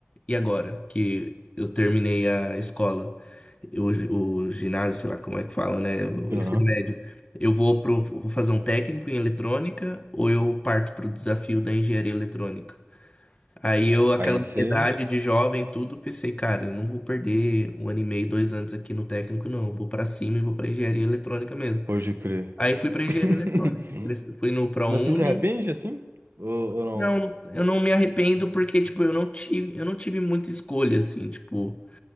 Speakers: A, on the left; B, on the right.
A: e agora que eu terminei a escola, eu- o ginásio, sei lá como é que fala, né? O
B: Aham,
A: ensino médio. Eu vou pro, vou fazer um técnico em eletrônica ou eu parto pro desafio da engenharia eletrônica? Aí eu, aquela
B: aí
A: ansiedade
B: você,
A: de jovem, tudo, pensei, cara, eu não vou perder um ano e meio, dois anos aqui no técnico, não. Eu vou pra cima e vou pra engenharia eletrônica mesmo.
B: pode crer.
A: Aí fui pra engenharia
B: <laughs>
A: eletrônica. Fui no ProUni,
B: Mas você se arrepende, assim? Ou, ou não?
A: não, não- eu não me arrependo porque, tipo, eu não tive, eu não tive muita escolha, assim, tipo,